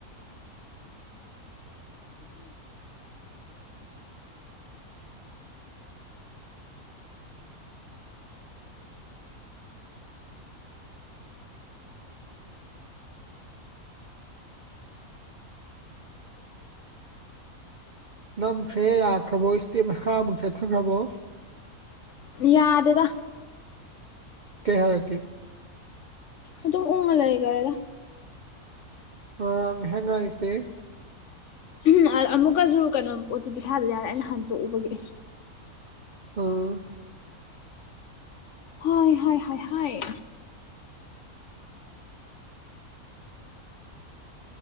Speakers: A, on the right; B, on the left.
A: ꯅꯝꯈ꯭ꯔꯦ ꯌꯥꯈ꯭ꯔꯕꯣ ꯏꯁꯇꯦꯞ ꯃꯈꯥꯃꯨꯛ ꯆꯠꯊꯈ꯭ꯔꯕꯣ
B: ꯌꯥꯗꯦꯗꯥ
A: ꯀꯩ ꯍꯥꯏꯔꯛꯀ‌ꯦ
B: ꯑꯗꯨꯝ ꯎꯪꯉ ꯂꯩꯒꯔ‌ꯦꯗ
A: ꯑ ꯉꯩꯍꯥꯛ ꯉꯥꯏꯁꯦ
B: ꯎꯝ ꯑꯃꯨꯛꯀꯁꯨ ꯀꯩꯅꯣ ꯑꯣꯇꯤꯄꯤ ꯊꯥꯗ ꯌꯥꯔꯣꯏ ꯑꯩꯅ ꯍꯟꯇꯣꯛꯎꯕꯒꯤ
A: ꯑꯥ
B: ꯍꯣꯏ ꯍꯥꯏ ꯍꯥꯏ ꯍꯥꯏ